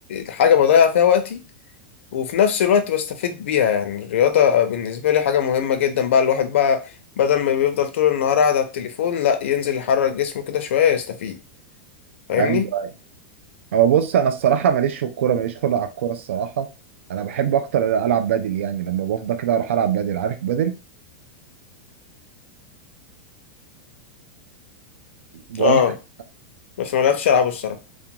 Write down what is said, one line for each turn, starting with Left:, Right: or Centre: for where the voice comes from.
Left: حاجة بضيع فيها وقتي وفي نفس الوقت بستفيد بيها يعني الرياضة بالنسبة لي حاجة مهمة جدا بقى الواحد بقى بدل ما بيفضل طول النهار قاعد على التليفون لا ينزل يحرك جسمه كده شوية يستفيد فاهمني؟
Right: أيوة. هو بص انا الصراحه ماليش في الكوره ماليش خلق على الكوره الصراحه انا بحب اكتر العب بادل يعني لما بفضى كده اروح العب بادل عارف بادل بقول
Left: اه
Right: لك
Left: بس ما جربتش ألعبه الصراحة